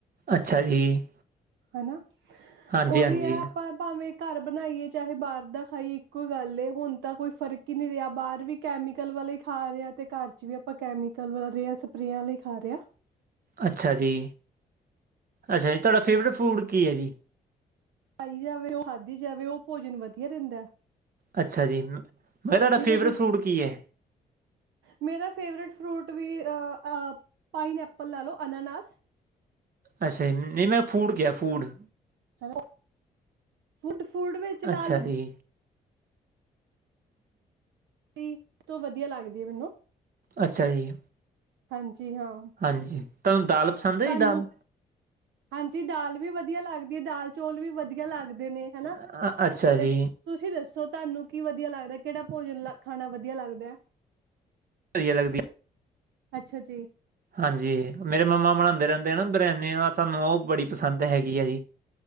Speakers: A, on the right; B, on the right.
A: ਅੱਛਾ ਜੀ।
B: ਹਨਾ,
A: ਹਾਂਜੀ
B: ਓਹੀ
A: ਹਾਂਜੀ
B: ਹੈ ਆਪਾਂ ਭਾਵੇਂ ਘਰ ਬਨਾਈਏ ਚਾਹੇ ਬਾਰ ਦਾ ਖਾਈਏ ਇੱਕੋ ਈ ਗੱਲ ਏ, ਹੁਣ ਤਾਂ ਕੋਈ ਫਰਕ ਈ ਨੀ ਰਿਆ ਬਾਰ ਵੀ ਕੈਮੀਕਲ ਵਾਲੇ ਈ ਖਾ ਰੇ ਆ ਤੇ ਘਰ ਚ ਵੀ ਆਪਾਂ ਕੈਮੀਕਲ ਵਾਲੇ ਯਾਂ ਸਪਰੇਆਂ ਆਲੇ ਈ ਖਾ ਰੇ ਆ।
A: ਅੱਛਾ ਜੀ, ਅੱਛਾ ਜੀ ਤੁਆਡਾ ਫੇਵਰੇਟ ਫੂਡ ਕੀ ਐ ਜੀ?
B: ਪਾਈ ਜਾਵੇ ਓ ਖਾਧੀ ਜਾਵੇ, ਓ ਭੋਜਨ ਵਧੀਆ ਰੈਂਦੈ।
A: ਅੱਛਾ ਜੀ, ਮੈਂ -ਮੈਂ ਕਿਆ ਤੁਆਡਾ ਫੇਵਰੇਟ
B: ਤੇ ਦੂ
A: ਫਰੂਟ ਕੀ ਏ?
B: ਮੇਰਾ ਫੇਵਰੇਟ ਫਰੂਟ ਵੀ ਅ ਪਾਈਨ ਐਪਲ ਲਾ ਲਓ ਅਨਾਨਾਸ।
A: ਅੱਛਾ ਜੀ, ਨ - ਨੀ ਮੈਂ ਫੂਡ ਕਿਆ ਫੂਡ।
B: ਹੈਲੋ! ਫੁਡ- ਫੂਡ ਵਿੱਚ ਲਾ
A: ਅੱਛਾ
B: ਲੋ
A: ਜੀ
B: <unintelligible> ਤੋਂ ਵਧੀਆ ਲੱਗਦੀ ਏ ਮੈਨੂੰ।
A: ਅੱਛਾ ਜੀ।
B: ਹਾਂਜੀ ਹਾਂ।
A: ਹਾਂਜੀ, ਤੁਆਨੂੰ ਦਾਲ ਪਸੰਦ ਹੈ
B: ਤਾਨੂੰ।
A: ਜੀ ਦਾਲ?
B: ਹਾਂਜੀ ਦਾਲ ਵੀ ਵਧੀਆ ਲੱਗਦੀ ਏ ਦਾਲ ਚੋਲ ਵੀ ਵਧੀਆ ਲੱਗਦੇ ਨੇ ਹਨਾ।
A: ਅ ਅੱਛਾ
B: ਤੇ
A: ਜੀ,
B: - ਤੁਸੀਂ ਦੱਸੋ, ਤੁਆਨੂੰ ਕੀ ਵਧੀਆ ਲੱਗਦੈ ਕੇੜਾ ਭੋਜਨ ਲ ਖਾਣਾ ਵਧੀਆ ਲੱਗਦੈ?
A: ਵਦੀਆ ਲਗਦੀ ਐ।
B: ਅੱਛਾ ਜੀ।
A: ਹਾਂਜੀ, ਮੇਰੇ ਮੰਮਾ ਬਣਾਂਦੇ ਰੈਂਦੇ ਆ ਨਾ ਬਰਿਆਨੀ ਆ ਸਾਨੂੰ ਓ ਬੜੀ ਪਸੰਦ ਹੈਗੀ ਐ ਜੀ।